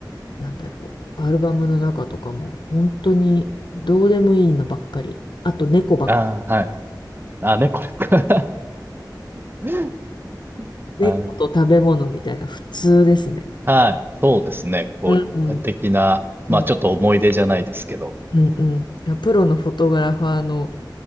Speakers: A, on the left (about 75°); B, on the right (about 30°).
A: なんだろうアルバムの中とかも本当にどうでもいいのばっかりあと猫ばっか
B: ああ、はい。ああ、ねこれ、か。<laughs>
A: り猫と食べ物みたいな普通ですね
B: はい。はい。そうですね。こう、
A: うんうん
B: 一般的な、まあ、
A: うん
B: ちょっと思い出じゃないですけど。
A: うんうん。あプロのフォトグラファーの